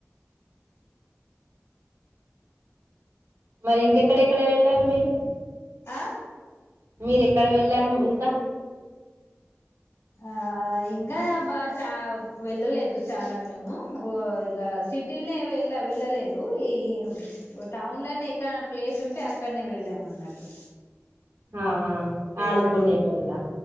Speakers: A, on the right; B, on the left.
A: మరి ఇంకెక్కడెక్కడ వెళ్ళారు మీరు
B: ఆ
A: మీరు ఎక్కడ వెళ్ళారు మ్ ఇంకా
B: ఆ ఇంకా బా చ వెళ్ళలేదు చాలా మేము ఉ ఇలా సిటీల్నే వెళ్ళ వెళ్ళలేదు ఈ వ టౌన్ లనే ఎక్కడన ప్లేస్ ఉంటే అక్కడనే వెళ్ళాం అన్నట్టు
A: ఆహా
B: ఏదైనా
A: ఆడు కుణేటోల్ల